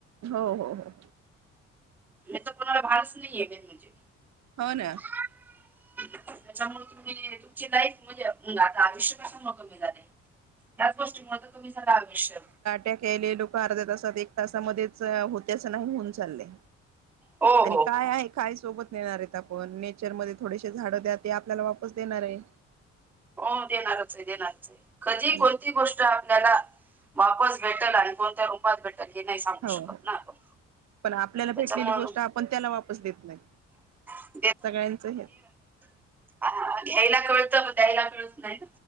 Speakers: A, on the right (about 45°); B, in the centre.
A: हो हो हो.
B: इथ कुणाला भानच नाहीये मेन म्हणजे.
A: हो ना?
B: <unintelligible> त्याच्यामुळ तुम्ही तुमची लाईफ म्हणजे आता आयुष्य कसा म कमी झालंय. याच गोष्टीमुळ तर तुम्ही सगळ आयुष्य
A: त केली लोक अर्ध्या तासात एक तासामध्येच होते असं नाही होऊन चाललंय.
B: हो
A: आणि
B: हो हो
A: काय आहे? काय सोबत नेणार आहेत आपण नेचर मध्ये थोडेसे झाड द्या ते आपल्याला वापस देणार आहे.
B: हो देणारच आहे देणारच आहे कधी
A: आणि
B: कोणती गोष्ट आप आपल्याला वापस भेटल आणि कोणत्या रूपात भेटल हे नाही सांगू
A: हो
B: शकत
A: हो
B: ना आपण.
A: पण आपल्याला भेटलेली
B: त्याच्यामुळं
A: गोष्ट आपण त्याला वापस देत नाही.
B: <inaudible>
A: सगळ्यांचं हे
B: हा घ्यायला कळतं मग द्यायला कळत नाही.